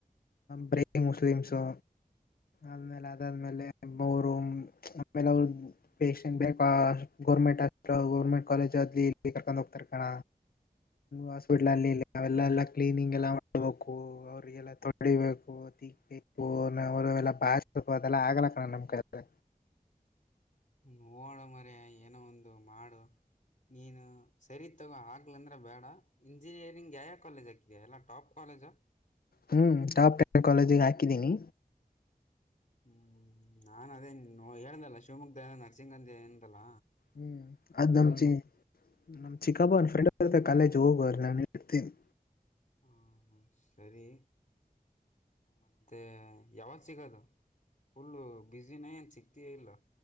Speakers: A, on the left; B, on the left.
A: ಬ್ರೇ ಮುಸ್ಲಿಮ್ಸು ಅ್ಮೇಲೆ ಅಾದ್ಮೇಲೆರು ಆಮೇಲೆ ಅವರು ಪೇಶಂಟ್ ಬೇಕಾ ಗೋರ್ಮೆಂಟ್ ಗೌರ್ಮೆಂಟ್ ಕಾಲೇಜುಲಿ ಇಲ್ಲಿ ಕರ್ಕೊಂಡು ಹೋಗ್ತಾರೆ ಕಣ ಹಾಸ್ಪಿಟ್ಲ್ ಅಲ್ಲಿ ಇಲ್ಲಿ ಅವೆಲ್ಲ ಕ್ಲೀನಿಂಗ ಎಲ್ಲ ಬೇಕು ಅವ್ರಿಗೆಲ್ಲ ತೊಡಿಬೇಕು ತಕ್ಬೇಕು ಅವರುಲ್ಲ ಬಾ ಅದೆಲ್ಲ ಆಗಲ್ಲ ಕಣೋ ನಮ್ಮ್ ಕೈಲಿ
B: ನೋಡ ಮರ ಏನೋ ಒಂದು ಮಾಡು ನೀನು ಸರಿ ತಗೋ ಆಗ್ಲಂದ್ರೆ ಬೇಡ ಇಂಜಿನಿಯರಿಂಗ್ ಯಾವಾವ ಕಾಲೇಜ್ ಹಕಿದೆಯ ಎಲ್ಲ ಟಾಪ್ ಕಾಲೇಜ
A: ಹ್ಮ್ ಟಪ್ ಪ್ರೆ ಕಾಲೇಜೆ ಾಕಿಿದಿನಿ
B: ಹ್ಮ್ ನಾನ್ ಅದೇ ಹೇಳ್ದಲ್ಲ ಶಿವಮೊಗ್ಗ ನರಸಿಂಗಗಂಧಿ ಏದಲ್ಲ
A: ಹ್ಮ್ ಅದು್ ನಮಚ ನಮಚ ಕಬನ್ ಫ ಕಾಲೇಜ್ ಹೋಗುವ ನಾನು ಹೇಡ್ತೀನಿ
B: ಹ್ಮ ಸರಿ ಮತ್ತೆ ಯಾವಾಗ ಸಿಗದು ಫುಲ್ಲ ಬಸಿನ ಅಏನ್ ಸಿಕ್ತ ಇಲ್ಲ